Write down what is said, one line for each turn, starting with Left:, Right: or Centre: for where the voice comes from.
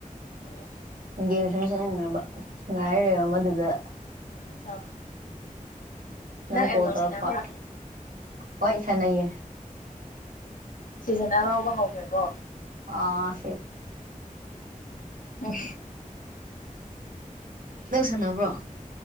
Left: ꯑꯣ
Right: ꯒꯦꯝꯁꯨꯁꯨ ꯅꯪꯅꯕ ꯉꯥꯏꯔꯔꯣ ꯃꯗꯨꯗ
Left: ꯑꯠꯆꯥ
Right: ꯅꯪ ꯀꯣꯜ
Left: ꯑꯦꯝ ꯃꯦꯜ
Right: ꯇꯧꯔꯛꯄ
Left: ꯁꯥꯟꯅꯕ꯭ꯔꯥ
Right: ꯍꯣꯏ ꯁꯥꯟꯅꯩꯌꯦ
Left: ꯁꯤꯁꯤꯅ ꯑꯉꯥꯎꯕ ꯍꯧꯈ꯭ꯔꯦꯀꯣ
Right: ꯑ꯭ꯔꯦ
Left: ꯑꯣ
Right: ꯂꯧꯧꯁꯅꯕ꯭ꯔꯣ